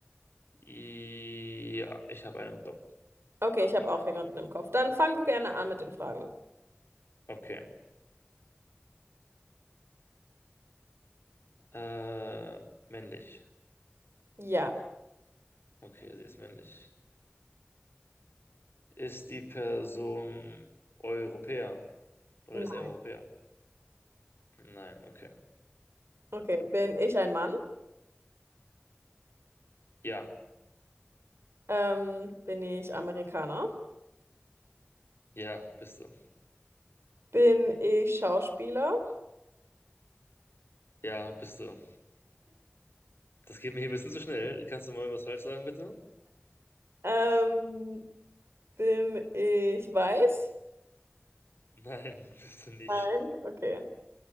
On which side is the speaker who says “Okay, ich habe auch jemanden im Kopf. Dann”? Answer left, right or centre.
Right